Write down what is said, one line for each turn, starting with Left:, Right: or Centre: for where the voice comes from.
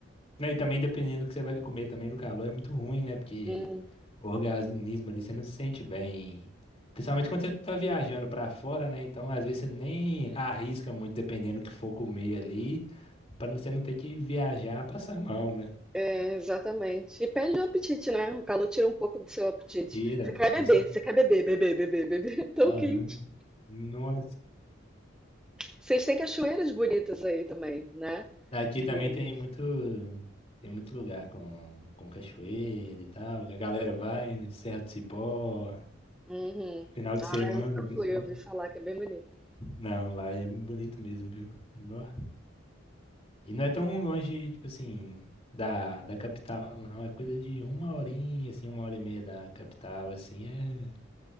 Left: Não, E também dependendo do que você vai comer também no calor é muito ruim, né? Porque
Centre: Hum.
Left: o organismo ali você não se sente bem. Principalmente quando você tá viajando pra fora, né? Então, às vezes você nem arrisca muito dependendo do que for comer ali, pra não- você não ter que viajar passar mal, né?
Centre: Exatamente. E perde o apetite, né? O calor tira um pouco do seu apetite.
Left: Feira,
Centre: Você quer beber,
Left: com certeza.
Centre: você quer beber, beber, beber, beber. <laughs> Tão
Left: Aham.
Centre: quente.
Left: Nossa.
Centre: Vocês têm cachoeiras bonitas aí também, né?
Left: Aqui
Centre: Em
Left: também
Centre: Minas.
Left: tem muito, tem muito lugar com, com cachoeira e tal, que a galera vai, né? Serra do Cipó,
Centre: Uhum.
Left: final de
Centre: Ah,
Left: semana,
Centre: eu nunca
Left: pessoal.
Centre: fui, eu ouvi falar que é bem bonito.
Left: Não, lá é bonito mesmo, viu? Nó. E não é tão longe, tipo assim, da, da capital, não. É coisa de uma horinha, assim, uma hora e meia da capital, assim, é